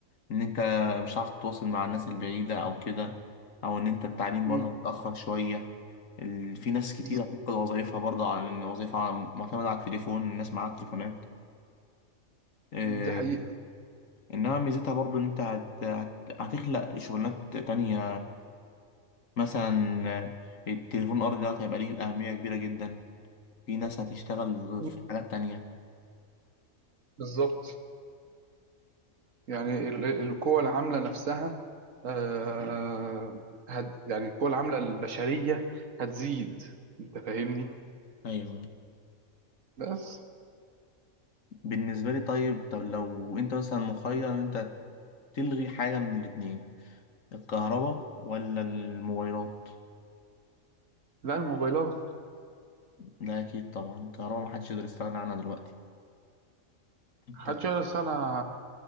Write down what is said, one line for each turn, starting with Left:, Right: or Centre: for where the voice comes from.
Left: ان انت مش عارف تتواصل مع الناس البعيدة او كده او ان انت التعليم
Right: مم.
Left: برضه هيتأخر شوية ال... في ناس كتير
Right: بز-
Left: هتفقد وظايفها برضه على ان وظيفة معتمدة على التليفون الناس معاها تليفونات إيه...
Right: دي حقيقة
Left: انما ميزتها برضه ان انت هت... هت... هتخلق شغلانات تانية مثلا التليفون الارضي دوت هيبقى ليه أهمية كبيرة جدا في ناس هتشتغل
Right: مم.
Left: في حاجات تانية
Right: بالظبط يعني ال- ال- القوى العاملة نفسها آه، هت يعني القوى العاملة البشرية هتزيد انت فاهمني
Left: ايوه
Right: بس
Left: بالنسبة لي طيب طب لو انت مثلا مخير ان انت تلغي حاجة من الاتنين الكهرباء ولا الموبايلات
Right: لا الموبايلات
Left: لا اكيد طبعا الكهرباء محدش يقدر يستغنى عنها دلوقتي انت
Right: محدش يعرف انا